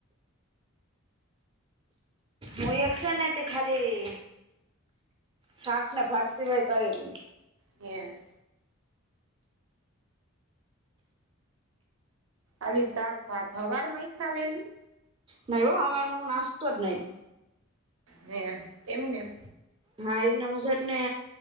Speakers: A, on the right; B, on the right.
A: હુંય એક સે ને તી ખાલી સાક ને ભાત સિવાય કઈની.
B: ગેં. અલી, સાક-ભાત હવારમાંય ખાવેલી.
A: નયવો હવાર નું નાસતો જ નઈ.
B: હે, એમને.
A: હા, એમને મુસેટ ને